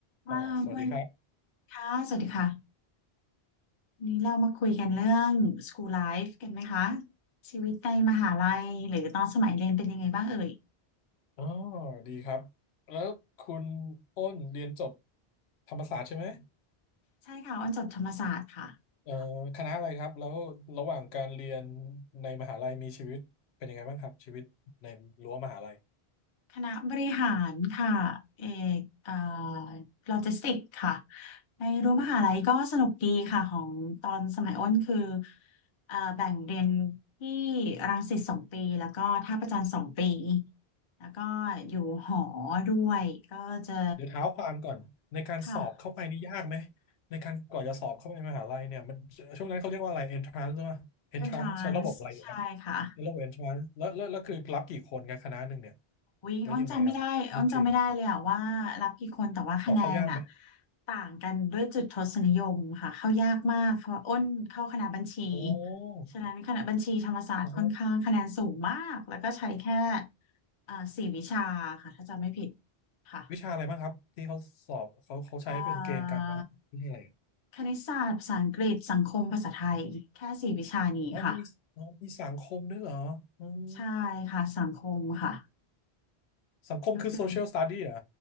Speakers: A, on the left; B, on the left.
A: อ่าวัน
B: อ๋อสวัสดีครับ
A: ค่ะสวัสดีค่ะวันนี้เรามาคุยกันเรื่อง school life กันไหมคะชีวิตในมหาลัยหรือตอนสมัยเรียนเป็นยังไงบ้างเอ่ย
B: อ๋อดีครับ แล้วคุณอ้นเรียนจบธรรมศาสตร์ใช่ไหม
A: ใช่ค่ะอ้อนจบธรรมศาสตร์ค่ะ
B: เอ่อคณะอะไรครับ แล้วระหว่างการเรียนในมหาลัยมีชีวิตเป็นยังไงบ้างครับชีวิตในรั้วมหาลัย
A: คณะบริหารค่ะเอกเอ่อโลจิสติกค่ะในรั้วมหาลัยก็สนุกดีค่ะของตอนสมัยอ้นคือเอ่อแบ่งเรียนที่รังสิตสองปีแล้วก็ท่าประจันสองปีแล้วก็อยู่หอด้วยก็จะ
B: เดี๋ยวเท้าความก่อนในการสอบเข้าไปนี่ยากไหม
A: ค่ะ
B: ในการกว่าจะสอบเข้าไปมหาลัยเนี่ยมันช่วงนั้นเขาเรียกว่าอะไร entrance ใช่ไหม entrance
A: e n ทรานส์ใช่ค่ะ
B: ใช้ระบบอะไรอยู่ครับในระบบ entrance แล้วแล้วแล้วคือรับกี่คนกันคณะหนึ่งเนี่ย
A: วิ่งอ้นจำไม่ได้อ้นจำไม่ได้เลยอะว่ารับกี่คนแต่ว่าคะแนนอะ
B: แล้วยังไงครับมีเกณฑ์สอบเข้ายากไหม
A: ต่างกันด้วยจุดทศนิยมค่ะเข้ายากมากเพราะว่าอ้นเข้าคณะบัญชี
B: โอ้
A: ฉะนั้นคณะบัญชีธรรมศาสตร์ค่อนข้างคะแนนสูงมากแล้วก็ใช้แค่
B: โอ้
A: เอ่อสี่วิชาค่ะถ้าจำไม่ผิดค่ะ
B: วิชาอะไรบ้างครับที่เขาสอบเขาเขาใช้เป็นเกณฑ์การวัดวิชยอะไร
A: เอ่อคณิตศาสตร์ภาษาอังกฤษสังคมภาษาไทยแค่สี่วิชานี้ค่ะ
B: อ๋อมีอ๋อมีสังคมด้วยเหรออืม
A: ใช่ค่ะสังคมค่ะ
B: สังคมคือ
A: ก็คือ
B: social study เหรอ